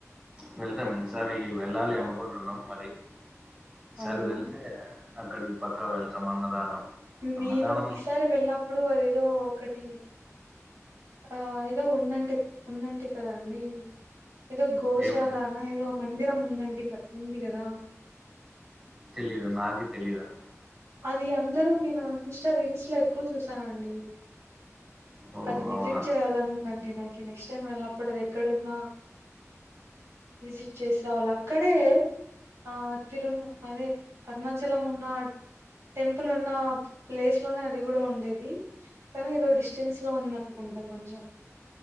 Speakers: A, on the right; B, on the right.
A: వెళ్తాం ఈసారి వెళ్ళాలి అనుకుంటున్నాం మరి ఈసరి
B: అవునా
A: వెళ్తే అక్కడికి పక్కా వెళ్తాం అన్నదానం అన్నదానం
B: నేను ఈసారి వెళ్ళినప్పుడు అదేదో ఒకటి ఆ ఏదో ఉందంటే ఉందంట కదండి ఏదో గోశాలనా
A: ఏమిటని
B: ఏదో మందిరం ఉందండి క ఉంది కదా
A: తెలిదు నాది తెలిదాన్న
B: అది అందరూ నేను ఇన్స్టా రీల్స్ లో ఎక్కువ చూసానండి
A: ఓ
B: అది విజిట్
A: అవునా
B: చేయాలని ఉందండి నాకి నెక్స్ట్ టైమ్ వెళ్ళనప్పుడు అది ఎక్కడున్నా విజిట్ చేసి రావలి అక్కడే ఆ తిరు అదే అరుణాచలం ఉన్నా టెంపుల్ ఉన్న ప్లేస్ లోనే అది కూడా ఉండేది కానీ ఏదో డిస్టెన్స్ లో ఉందనుకో కుంట కొంచెం